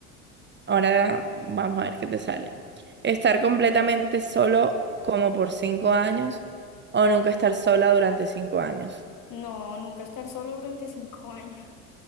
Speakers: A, on the right; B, on the left.
A: ahora vamos a ver qué te sale. Estar completamente solo como por cinco años o nunca estar sola durante cinco años.
B: No, nunca estar solo durante cinco <laughs> años.